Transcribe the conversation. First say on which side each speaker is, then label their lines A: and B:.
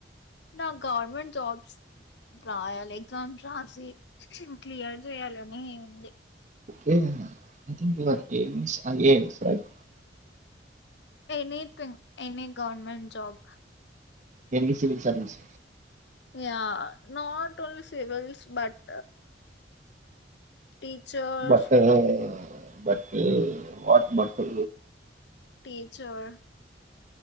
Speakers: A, on the left; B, on the right.
A: నాకు గవర్నమెంట్ జాబ్స్ రాయాలి ఎగ్జామ్స్ రాసి క్లియర్ చేయాలని ఉంది
B: okay I think your aims I A S right
A: anything any government job
B: any civil service
A: yeah not only civils but teacher
B: but but what but
A: teacher